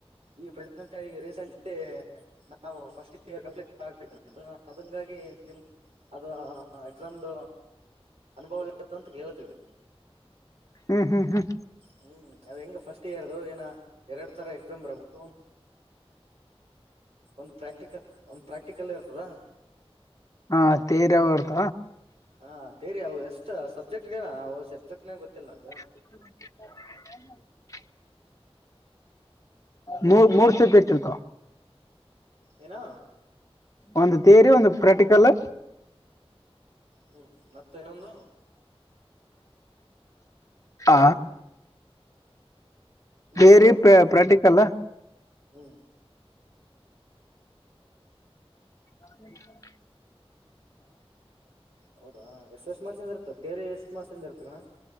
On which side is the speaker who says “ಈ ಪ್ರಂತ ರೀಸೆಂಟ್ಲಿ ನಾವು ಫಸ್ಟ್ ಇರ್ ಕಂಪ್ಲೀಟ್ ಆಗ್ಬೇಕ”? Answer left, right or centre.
Right